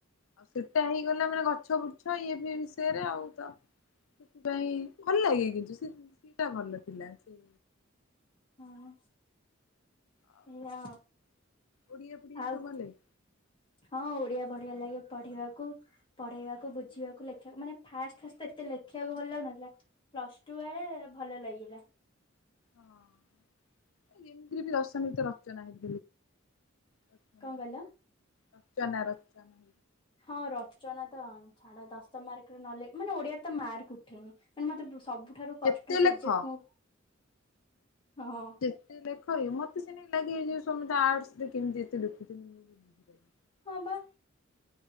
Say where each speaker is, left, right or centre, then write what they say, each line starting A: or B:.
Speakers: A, on the left (about 85°); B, on the left (about 25°).
A: ଆଉ ସେଟା ହେଇଗଲା ମାନେ ଗଛ ବୁଛ ଇଏ ବି ଷୟରେ ଆଉ ତ ସେଥିପାଇଁ ଭଲ ଲାଗେ କିନ୍ତୁ ସେଟା ଭଲ ଥିଲା ସେ
B: ହଁ
A: ଆଉ
B: ଏୟା
A: ଓଡିଆ ଫୋଡିଆ
B: ଆଉ।
A: ସବୁ ଭଲ ଲାଗେ?
B: ହଁ ଓଡିଆ ବଢିଆ ଲାଗେ ପଢିବାକୁ। ପଢେଇବାକୁ ବୁଝିବାକୁ ଲେଖିବାକୁ ମାନେ ଫାଷ୍ଟ ଫାଷ୍ଟ ଏତେ ଲେଖିବାକୁ ଭଲ ଲାଗୁନଥିଲା ପ୍ଲସ ଟୁ ବେଳେ ଭଲ ଲାଗିଲା।
A: ହଁ ଏମିତିରେ ବି ଦଶମୀ ତ ରଚନା ହେ <unintelligible>
B: କଣ କହିଲ?
A: ରଚନା ରଚନା
B: ହଁ ରଚନା ତ ଛାଡ ଦଶ ମାର୍କ ର ନଲେ ମାନେ ଓଡିଆରେ ତ ମାର୍କ ଉଠେନି ମାନେ ମତେ ସବୁଠାରୁ କଷ୍ଟ
A: ଯେତେ
B: ସବଜେକ୍ଟ
A: ଲେଖ
B: ମୁଁ ହଁ
A: ଏତେ ଲେଖ ମତେ ସେମିତି ଲାଗେ ଯେ ସମସ୍ତେ ଆର୍ଟସରେ କେମିତି ଏତେ ଲେଖୁଛନ୍ତି? ବୁଝିପାରୁନି।
B: ହଁ ବା।